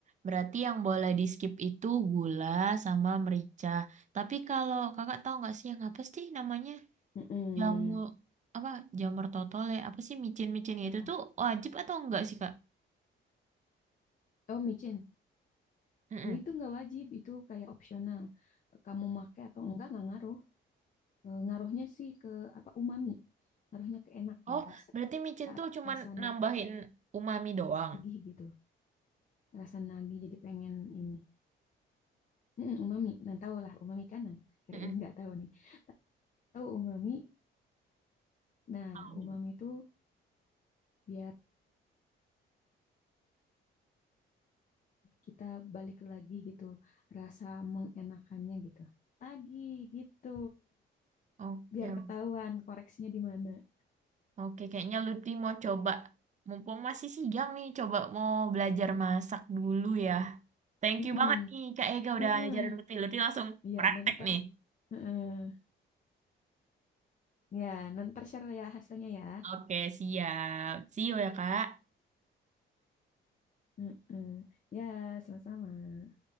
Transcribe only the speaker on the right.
berarti yang boleh di skip itu gula sama merica. Tapi kalau kakak tahu nggak sih yang apa sih namanya?
jamu apa jamur totole apa sih micin-micin
itu tuh wajib atau enggak sih Kak?
Mm-mm.
Oh,
berarti micin tuh cuman
nambahin umami doang.
Mm-mm.
Oh.
Oke,
oke. Kayaknya Lutfi mau coba, mumpung masih siang nih, coba mau belajar masak dulu ya. Thank
you banget nih Kak Ega udah
ajarin Lutfi. Lutfi langsung
praktek
nih.
Oke, siap. See you ya Kak.